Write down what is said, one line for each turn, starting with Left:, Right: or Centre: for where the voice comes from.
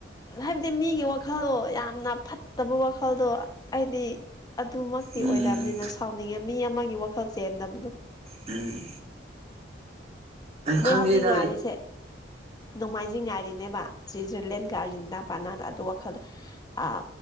Left: ꯍꯥꯏꯕꯗꯤ ꯃꯤꯒꯤ ꯋꯥꯈꯜꯗꯣ ꯌꯥꯝꯅ ꯐꯠꯇꯕ ꯋꯥꯈꯜꯗꯣ ꯑꯩꯗꯤ ꯑꯗꯨꯃꯛꯇꯤ
Right: ꯎꯝ
Left: ꯑꯣꯏꯗꯕꯅꯤꯅ ꯁꯥꯎꯅꯤꯡꯉꯦ ꯃꯤ ꯑꯃꯒꯤ ꯋꯥꯈꯜ ꯆꯦꯟꯗꯕꯗꯣ
Right: ꯎꯝ
Left: ꯅꯣꯏ
Right: ꯈꯪꯗꯦꯗ
Left: ꯍꯧꯖꯤꯛ ꯉꯥꯏꯔꯤꯁꯦ ꯅꯣꯡꯃꯥꯏꯖꯤꯡ ꯉꯥꯏꯔꯤꯅꯦꯕ ꯁ꯭ꯋꯤꯖꯔꯂꯦꯟ ꯑꯔꯖꯦꯟꯅꯥꯄꯥꯅꯥꯗ ꯑꯗꯨ ꯋꯥꯈꯜꯗ ꯑꯥ